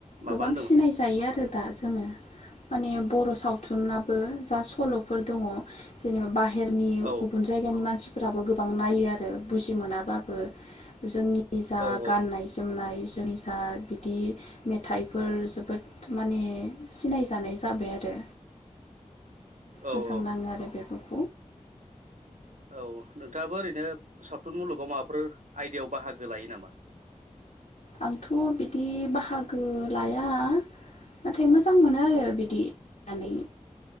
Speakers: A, on the left; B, on the right.
A: गोबां
B: माबा होनदोंमोन
A: सिनाय जायो आरो। दा जोङो माने बर' सावथुनाबो जा सल'फोर दङ जेनेबा बाहे रनि
B: औ
A: गुबुन जायगानि मानसि फोराबो गोबां नायो आरो बुजि मोनाबाबो जोंनि। निजा
B: औ
A: गाननाय जोमनाय। जोंनि जा बिदि मेथाइफोर जोबोद माने सिनायजानाय जाबाय आरो। मोजां
B: औ औ
A: नाङो आरो बेफोर।
B: औ नोंथाङाबो ओरैनो सावथुन मुलुगाव माबाफोर आयदायाव बाहागो लायो नामा?
A: आंथ' बिदि बाहागो लाया नाथाय मोजां मोनो आरो। बिदि <unintelligible>